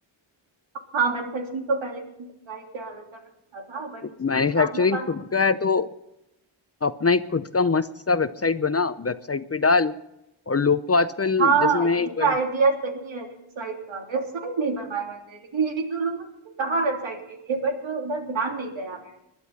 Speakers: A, on the right; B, on the left.
A: हाँ मैन्युफैक्चरिंग तो पहले मैंने ट्राई कर कर रखा था बट
B: तो
A: उसमें
B: मैन्युफैक्चरिंग
A: नुकसान हुआ बात
B: खुद का है तो अपना एक खुद का मस्त सा वेबसाइट बना वेबसाइट पे डाल और लोग तो आजकल
A: हाँ
B: जैसे मैं
A: ये
B: एक बंद
A: आइडिया सही है वेबसाइट का वेबसाइट नहीं बनवाया मैंने लेकिन एक दो लोगों ने कहा वेबसाइट के लिए बट उधर ध्यान नहीं गया मैं